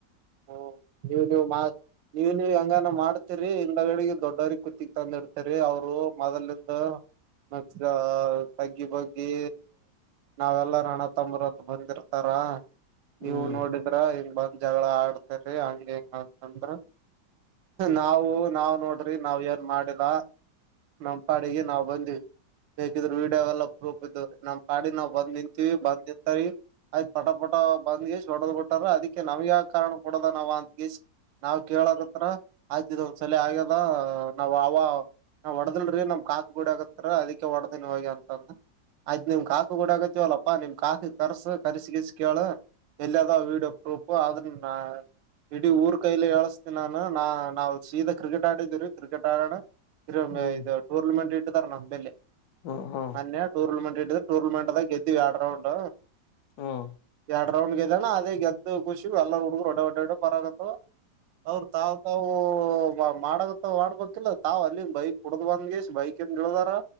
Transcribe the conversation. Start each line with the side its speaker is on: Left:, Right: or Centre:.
Right: ಹ್ಮ ನೀವ್ ನೀವ್ ನೀವ್ ನೀವ ಹಂಗಾನ ಮಾಡ್ತಿೀರಿ ಹಿಂದಗಡೆಗ ದೊಡ್ಡವರಿಗೆ ಕತಿಗೆ ತಂದ ಇಡ್ತರಿ ಅವ್ರು ಮೊದಲಿಂದ ಮತ್ತ ತಗ್ಗಿ ಬಗ್ಗಿ ನಾವೆಲ್ಲ ನಣ ತಂಬರದ್ದ ಬಂದಿರ್ತಾರ ನೀವು
Left: ಹ್ಮ್
Right: ನೋಡಿದ್ರ ಹಂಗ ಬ ಜಗಳ ಆಡ್ತರಿ ಹಂಗ ಹೆಂಗ ಅಂತಂದ್ರ ನಾವು ನಾವು ನೋಡ್ರಿ ನಾವ್ ಏನ್ ಮಾಡಿಲ್ಲ ನಮ ಪಾಡಿಗೆ ನಾವ್ ಬಂದಿವವಿ ಬೇಕಿದ್ರೆ ವೀಡಿಯೋ ಎಲ್ಲ ಪ್ರೂಫ ಇದ್ದು ನಮ ಪಾಡ ನಾವು ಬಂದ್ ನಿಂತೀವಿ ಬಂದ ನಿಂತರಿ ಆಯ್ ಪಟ ಪಟ ಬಂದ್ ಎಷ್ಟ ಹೊಡದ್ ಕೊಟ್ಟಾರ ಅದಕ್ಕೆ ನಮ್ಗೆ ಯ ಕಾರಣ ಾವ ಅಂತ ನಾ್ ಕೇಳಕ್ತ್ರ ಆಗ್ತಿದ ಒ್ ಸಲ ಆ ಎಲ್ಲ ನಾವ ಅವ ನಾ ಹೊಡದಲ್ರೀ ನಮ್ ಕಾತ್ ಗುಡಿ ಆಗತ್ತರ ಅದಕ್ಕೆ ಹೊಡ್ದನ್ ಹೋಗಿ ಅಂತಂದ ಆಯ್ ನಿಮ್ ಕಾಕ ಕೂಡ ಆಗತವಲ್ಲಪ್ಪಾ ನಿಮ್ ಕಾಕ ಕರ್ಸ ಕರ್ಸಿಗಸ್ ಕೇಳ ಎಲ್ಲಿ ಅದಾವ ವಿಡಿಯೋ ಪ್ರೂಫು ಆದ್ರೆ ನ ಇಡೀ ಊರ್ ಕೈಲಿ ಹೇಳಸ್ತೀನ ನಾನು ನಾ ನಾವು ಶೀತಾ ಕ್ರಿಕೆಟ್ ಆಡಿದೀರು ಕ್ರಿಕೆಟ್ ಆಡೋಣ
Left: ಹ್ಮ್
Right: ಇದು ಟೂರ್ನಮೆಂಟ್ ಇಟ್ಟತಾರೆ ನಲ್ಲಿ
Left: ಹ್ಮ್ ಹ್ಮ್
Right: ಮನ್ನಯ ೋರ್ನಮೆಂಟ್ ಇಟಿದೆ ಟರ್ನಮೆಂಟ್ ದ ಗೆದ್ದಿವಿ ಆಡರೌಂಡ್
Left: ಹ್ಮ್
Right: ಎರಡ್ ರೌಂಡ್ಗೆ್ದಾನ ಅದೇ ಗೆದ್ದು ಖುಷಿ ಎಲ್ಲರ ಹುಡುಗರು ಒಡ್ಡ ಒಡಡೆ ಹೊಡೆ ಪರಗತ್ತವ ಅವ್ರ ತಾವ್ ತಾವು ಮಾಡಕ್ತಾವ ಮಾಡ್ಬೇಕಿಲ್ಲ ತಾವು್ ಅಲ್ಲಿಂದ ಬೈಕ್ ಕುಡ್ದ್ ಬಂದಗೆಷ್ಟ ಬೈಕ್ ಯಾಕ ಹೇಳ್ದಾರ